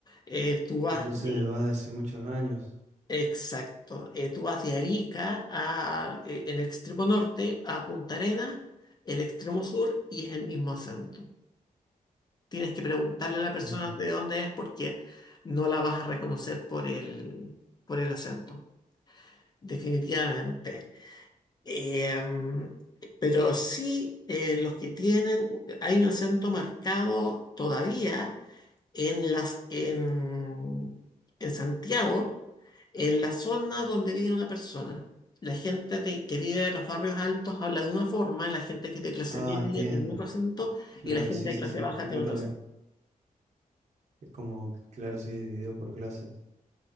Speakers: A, on the left; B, on the right.
A: Eh, tú vas
B: Entonces
A: de,
B: va de hace muchos años.
A: exacto, eh, tú vas de Arica a, eh, en el extremo norte a Punta Arenas, el extremo sur, y es el mismo acento. Tienes que preguntarle a la persona
B: Mira.
A: de dónde es porque no la vas a reconocer por el, por el acento, definitivamente. Em, pero sí, eh, los que tienen, hay un acento marcado todavía en las en, en Santiago, en la zona donde vive una persona. La gente de- que vive en los barrios altos habla de una forma, la gente que es de clase
B: Ah,
A: media
B: entiendo.
A: tiene otro acento
B: Claro,
A: y la gente
B: sí, sí,
A: de clase
B: sí.
A: baja
B: Acá
A: tiene
B: también.
A: otro acento.
B: Es como, claro, sí, dividido por clases.